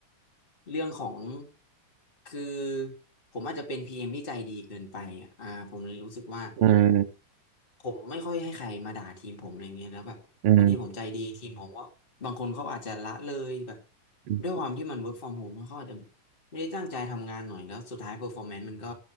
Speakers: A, on the left; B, on the right.
A: เรื่องของคือผมอาจจะเป็นพีเอ็มที่ใจดีเกินไปอ่ะอ่าผมเลยรู้สึกว่า
B: อืม
A: ผมไม่ค่อยให้ใครมาด่าทีมผมอะไรเงี้ยแล้วแบบบางทีผมใจดีทีมผมก็บางคนเขาอาจจะละเลยแบบ
B: อืมอืม
A: ด้วยความที่มัน work from home เขาอาจจะไม่ได้ตั้งใจทำงานหน่อยแล้วสุดท้าย performance มันก็